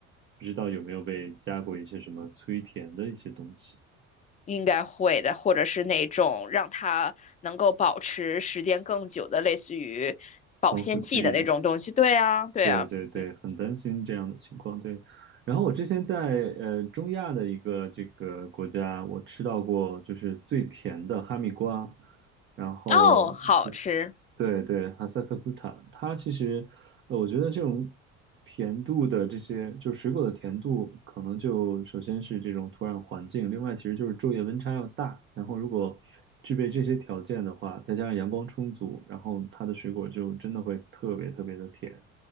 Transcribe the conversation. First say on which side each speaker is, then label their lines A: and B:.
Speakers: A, on the right; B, on the left.
A: 不知道有没有被加过一些什么催甜的一些东西。
B: 应该会的，或者是那种让它能够保持时间更久的，类似于保鲜剂的那种东西，
A: 防腐剂
B: 对啊，对啊，
A: 对对对，
B: 嗯，
A: 很担心这样的情况。对，然后我之前在呃中亚的一个这个国家，我吃到过就是最甜的哈密瓜，然后对
B: 哦，好吃。
A: 对对，哈萨克斯坦，它其实呃，我觉得这种甜度的这些就是水果的甜度，可能就首先是这种土壤环境，另外其实就是昼夜温差要大，然后如果具备这些条件的话，再加上阳光充足，然后它的水果就真的会特别特别的甜。